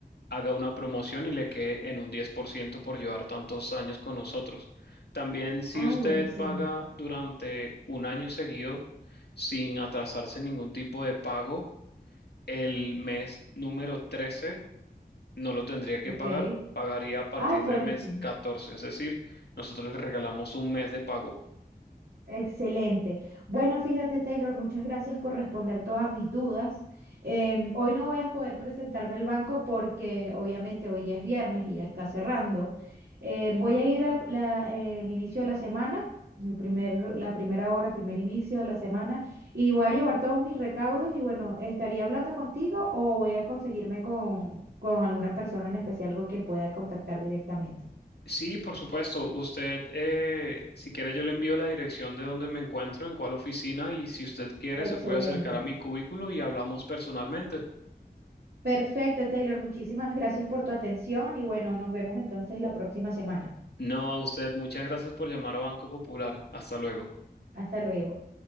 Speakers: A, on the left; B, on the right.
A: haga una promoción y le quede en un 10% por ciento por llevar tantos años con nosotros. También si
B: Ay,
A: usted
B: buenísimo.
A: paga durante un año seguido sin atrasarse en ningún tipo de pago, el mes número 13 no lo tendría que
B: Ok.
A: pagar, pagaría a partir
B: Ay, buenísimo.
A: del mes 14. es decir, nosotros le regalamos un mes de pago.
B: Excelente. Bueno, fíjate, Taylor, muchas gracias por responder todas mis dudas. Em, hoy no voy a poder presentarme al banco porque obviamente hoy ya es viernes y ya está cerrando. Eh, voy a ir al inicio de la semana, el primer, la primera hora, primer inicio de la semana, y voy a llevar todos mis recaudos y bueno, estaría hablando contigo o voy a conseguirme con, con alguna persona en especial con quien pueda contactar directamente.
A: Sí, por supuesto, usted, eh, si quiere, yo le envío la dirección de donde me encuentro, en cuál oficina, y si usted quiere,
B: Excelente.
A: se puede acercar a mi cubículo y hablamos personalmente.
B: Perfecto, Taylor. Muchísimas gracias por tu atención y bueno, nos vemos entonces la próxima semana.
A: No, a usted, muchas gracias por llamar a Banco Popular. Hasta luego.
B: Hasta luego.